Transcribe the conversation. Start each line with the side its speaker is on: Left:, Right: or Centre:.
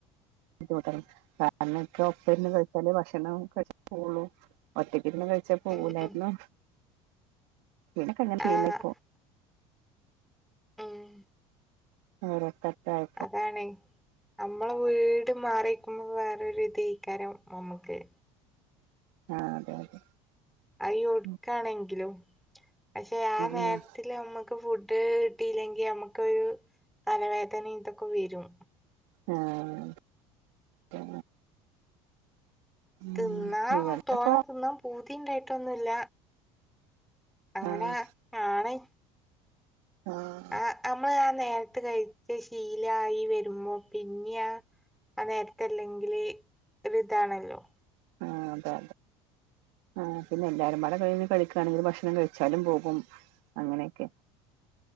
Right: ബുദ്ധിമുട്ടാണ് കാരണം ഇൻക്ക് ഒപ്പര്ന്ന് കഴിച്ചാലേ ഭക്ഷണം പോവൊള്ളു ഒറ്റക്കിരുന്ന് കഴിച്ചാ പോവൂലാരുന്നു
Centre: ഉം ഉം
Right: പിനക്കെ അങ്ങനെ ശീലായിപ്പോ
Centre: ആഹ് ഉം
Right: <unintelligible>
Centre: അതാണയ് നമ്മളെ വീട് മാറിക്കുമ്പോ വേറരു തൈക്കാരം നമ്മുക്ക്
Right: ആഹ് അതെ അതെ
Centre: അയ ഒടുക്കാണെങ്കിലും
Right: ഉം
Centre: പക്ഷെ ആ നേരത്
Right: ഉം
Centre: നമ്മുക്ക് ഫുഡ് കിട്ടില്ലെങ്കിൽ നമുക്ക ഒരു തലവേദനിം തൊക്കെ വരും
Right: ആഹ് ഉം
Centre: തിന്നാ
Right: ഇവിടെപ്പോ
Centre: തോനെ തിന്നാം പൂതിണ്ടായിട്ടൊന്നുമല്ല അങ്ങനെ
Right: ആഹ്
Centre: ആണ്
Right: ആഹ്
Centre: ആ നമ്മള് ആ നേരത്ത് കഴിച്ച ശീലായി വരുമ്പോ പിന്നെയ ആ നേരത്തെ ല്ലെങ്കില് ഒരു താണല്ലോ
Right: ആ അതെ ആ പിന്നെ എല്ലാരുംമാടെ കയ്ന്ന് കളിക്കുകയാണെങ്കിൽ ഭക്ഷണം കഴിച്ചാലും പോകും അങ്ങനെയൊക്കെ